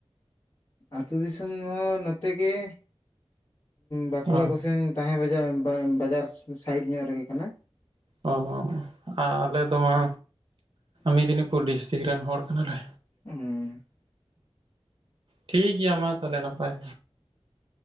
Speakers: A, on the left; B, on the right.
A: ᱟᱹᱛᱳ ᱫᱤᱥᱚᱢ ᱦᱚᱸ ᱱᱚᱛᱮ ᱜᱮ ᱵᱟᱸᱠᱩᱲᱟ
B: ᱚ
A: ᱠᱚ ᱥᱮᱱ ᱛᱟᱦᱮᱸ ᱵᱟᱡᱟᱨ ᱵᱟᱡᱟᱨ ᱥᱟᱭᱤᱰ ᱧᱚᱜ ᱨᱮᱜᱮ ᱠᱟᱱᱟ᱾
B: ᱚ ᱦᱚᱸ ᱟᱞᱮ ᱫᱚᱢᱟ ᱢᱮᱫᱽᱱᱤᱯᱩᱨ ᱰᱤᱥᱴᱤᱠ ᱨᱮᱱ ᱦᱚᱲ ᱠᱟᱱᱟ ᱞᱮ᱾
A: <unintelligible>
B: ᱴᱷᱤᱠ ᱜᱮᱭᱟ ᱢᱟ ᱛᱟᱦᱞᱮ ᱱᱟᱯᱟᱭ